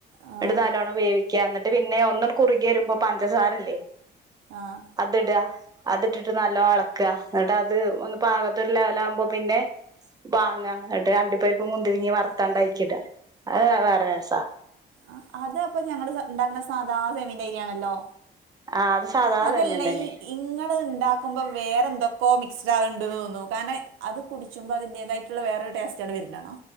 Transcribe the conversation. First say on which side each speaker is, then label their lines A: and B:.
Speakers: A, on the right; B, on the right.
A: ആഹ്
B: ന്നട്ട് നല്ലോണ്ണം വേവിക്ക്യാ ന്നട്ട് പിന്നെ ഒന്നണ് കുറുര്യരുമ്പോ പഞ്ചസാര ല്ലേ?
A: ആഹ്.
B: അത്ട്യാ. അത്ട്ട്ട്ട് നല്ലോ എളക്കാ ന്നട്ട്ത് ഒന്ന് പാകതൊരു ലെവലാകുമ്പോ പിന്നെ. വാങ്ങ ന്നട്ട് അണ്ടി പരിപ്പും മുന്തിരിങ്ങി വർത്താണ്ട് അയികിട അവ് വേറെരെസാ.
A: ആ അത് അപ്പൊ ഞങ്ങള് ഞ ഇണ്ടാക്ണ സാധാ സെമിന്റയിരി ആണല്ലോ?
B: ആ അത്
A: ആഹ്
B: സാധാ
A: അതല്ല
B: സേമിയം തന്നെ
A: ഈ ഇങ്ങൾ ഇണ്ടാക്കുമ്പൊ വേറെ ന്തൊക്കോ മിക്സ്ഡ് ആക്ണ്ട് തോന്നുന്നു. കാരണയ് അത് കുടിച്ചുമ്പോ അതിന്റേതായിട്ടുള്ള വേറെരു ട്ടെസ്റ്റ് ആണ്ട് വര് നാണ